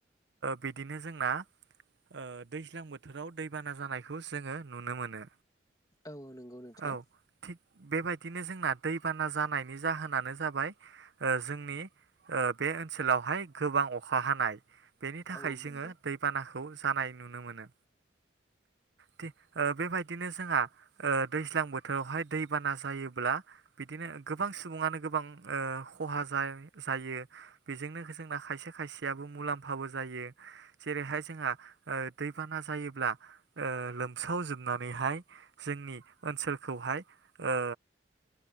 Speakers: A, on the right (about 65°); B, on the left (about 20°).
A: बिदिनो जोंना ओ दैज्लां बोथोराव दैबाना जानायखौ जोङो नुनो मोनो।
B: औ औ नंगौ नोंथां।
A: औ थिग बेबायदिनो जोंना दैबाना जानायनि जाहोनानो जाबाय। ओ जोंनि ओ बे ओनसोलावहाय गोबां अखा हानाय। बेनि थाखाय
B: औ औ
A: जोङो
B: नंगौ
A: दैबानाखौ जानाय नुनो मोनो। थिग बेबायदिनो जोंहा ओ दैज्लां बोथोरावहाय दैबाना जायोब्ला बिदिनो गोबां सुबुङानो गोबां ओ खहा जायो बेजोंनो जोंना खायसे खायसेयाबो मुलाम्फाबो जायो। जेरैहाय जोंहा ओ दैबाना जायोब्ला ओ लोमसाव जोबनानैहाय जोंनि ओनसोलखौहाय ओ